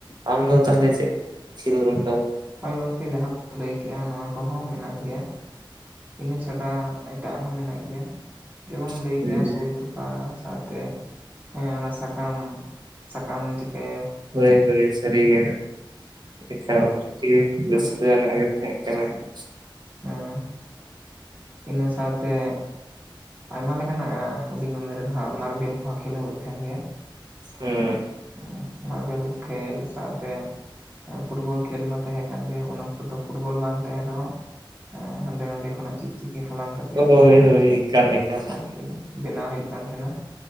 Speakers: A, on the right; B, on the right.
A: ᱟᱢ ᱫᱚ ᱛᱟᱦᱞᱮ
B: ᱦᱮᱸ
A: ᱪᱮᱫ ᱠᱷᱮᱹᱞ ᱚᱱᱠᱟ?
B: ᱦᱳᱭ ᱜᱚᱝᱠᱮ ᱡᱟᱦᱟᱸ ᱠᱚᱢ ᱞᱟᱹᱭ ᱠᱮᱜ-ᱟ ᱱᱚᱣᱟ ᱠᱚᱦᱚᱸ ᱢᱮᱱᱟᱜ ᱜᱮᱭᱟ᱾ ᱤᱱᱟᱹ ᱪᱷᱟᱰᱟ ᱮᱴᱟᱜ ᱦᱚᱸ ᱢᱮᱱᱟᱜ ᱜᱮᱭᱟ᱾ ᱡᱮᱢᱚᱱ ᱮᱢ
A: ᱛᱟᱦᱮᱸᱫ
B: ᱞᱟᱹᱭ ᱠᱮᱜ-ᱟ ᱥᱩᱭ ᱛᱚᱯᱟ ᱥᱟᱶᱛᱮ ᱦᱮᱸ ᱚᱱᱟ ᱥᱟᱠᱟᱢ ᱥᱟᱠᱟᱢ ᱪᱤᱠᱟᱹ
A: ᱦᱳᱭ ᱦᱳᱭ ᱥᱟᱹᱨᱤ ᱜᱮ, ᱮᱠᱟᱞ ᱜᱮ ᱨᱟᱹᱥᱠᱟᱹ
B: ᱟᱨᱠᱤ
A: ᱟᱱᱟᱜ ᱜᱮ ᱛᱟᱦᱮᱸᱜ᱾ ᱪᱮᱫ ᱮᱢ ᱢᱮᱱ ᱫᱟ?
B: ᱦᱮᱸ ᱤᱱᱟᱹ ᱥᱟᱶᱛᱮ ᱟᱭᱢᱟ ᱞᱮᱠᱟᱱᱟᱜ ᱦᱩᱰᱤᱧ ᱩᱢᱮᱨ ᱨᱮᱫᱚ ᱦᱟᱸᱜ ᱢᱟᱨᱵᱮᱞ ᱠᱚᱦᱚᱸ ᱠᱷᱮᱞᱳ ᱦᱩᱭᱩᱜ ᱛᱟᱦᱮᱸᱱ ᱜᱮᱭᱟ᱾
A: ᱦᱩᱸ,
B: ᱦᱸ, ᱢᱟᱨᱵᱮᱞ ᱠᱷᱮᱞ ᱥᱟᱶᱛᱮ ᱦ, ᱯᱷᱩᱴᱵᱚᱞ ᱠᱷᱮᱞ ᱢᱟ ᱛᱟᱦᱮᱸ ᱠᱟᱱ ᱜᱮ ᱩᱱ ᱚᱠᱛᱚ ᱫᱚ ᱯᱷᱩᱴᱵᱚᱞ ᱵᱟᱝ ᱛᱟᱦᱮᱸᱱ ᱨᱮᱦᱚᱸ ᱦᱸ ᱦᱟᱸᱰᱮ ᱱᱟᱰᱮ ᱠᱷᱚᱱᱟᱜ ᱪᱤᱠ ᱪᱤᱠᱤ ᱦᱟᱞᱟᱝ ᱠᱟᱛᱮᱫ
A: ᱦᱳᱭ
B: ᱦᱚᱸ
A: ᱦᱳᱭ ᱮᱠᱟᱞ ᱮᱠᱟᱞ
B: ᱟᱨᱠᱤ ᱵᱮᱱᱟᱣ ᱦᱩᱭᱩᱜ ᱠᱟᱱ ᱛᱟᱦᱮᱸᱱᱟ᱾